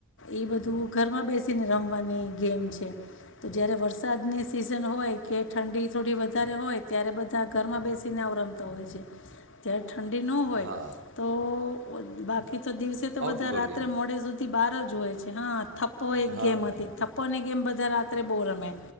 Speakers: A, on the left; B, on the right.
A: એ બધું ઘરમાં બેસીને રમવાની ગેમ છે. તો જયારે વરસાદની સિઝન હોય કે ઠંડી થોડી વ ત્યારે હોય ત્યારે બધા ઘરમાં બેસ સી તને આવ રમતા હોય છે. ત્યાર ઠંડી નો હોય
B: હા
A: તો બોલ બાકી તો દિવસે તો
B: આઉટ
A: બધા
B: ડોર
A: રાત્રે
B: ગેમ
A: મોડે સુધી બાર જ હોય છે હા. થયો એક
B: હા
A: ગેમ આ હતી થપ પોને એણત અધ રાત્રે બો રમે